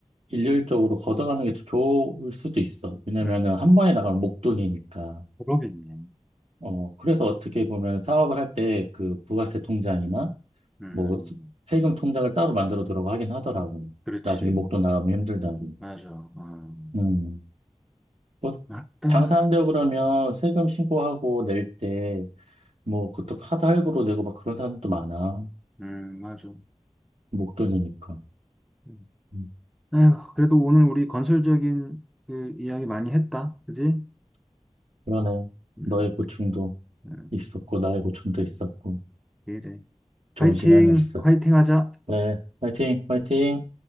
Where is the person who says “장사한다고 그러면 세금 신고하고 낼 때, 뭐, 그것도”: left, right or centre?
Right